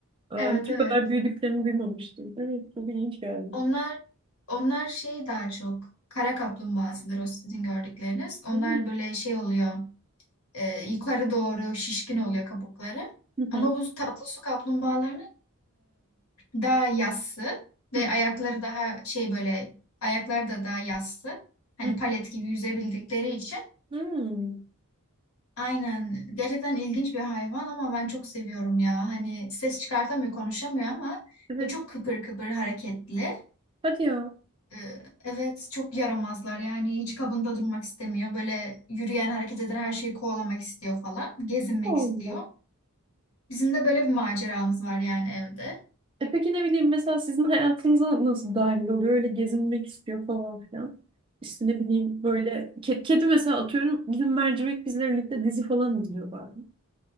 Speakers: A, on the right (about 25°); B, on the left (about 75°).
A: e, hiç
B: Evet evet.
A: bu kadar büyüdüklerini duymamıştım. Evet, çok ilginç geldi.
B: Onlar onlar şey daha çok kara kaplumbağasıdır o sizin gördükleriniz. Onlar
A: Hı
B: böyle şey oluyor e, yukarı doğru şişkin oluyor kabukları.
A: hı.
B: Ama bu tatlı su kaplumbağalarının e, daha yassı ve
A: Hı
B: ayakları daha şey böyle ayakları da daha yassı. Hani
A: hı.
B: palet gibi yüzebildikleri için.
A: Hmm,
B: Aynen. Gerçekten ilginç bir hayvan ama ben çok seviyorum ya. Hani ses çıkartamıyor, konuşamıyor ama
A: evet.
B: böyle çok kıpır kıpır hareketli.
A: Hadi ya.
B: Ee, Evet, çok yaramazlar yani hiç kabında durmak istemiyor. Böyle yürüyen, hareket eden her şeyi kovalamak istiyor falan. Gezinmek
A: Allah.
B: istiyor. Bizim de böyle bir maceramız var yani evde.
A: E peki ne bileyim mesela sizin hayatınıza nasıl dahil oluyor? Öyle gezinmek istiyor falan filan. İşte ne bileyim böyle ke- kedi mesela atıyorum dün mercimek bizle birlikte dizi falan izliyor bazen.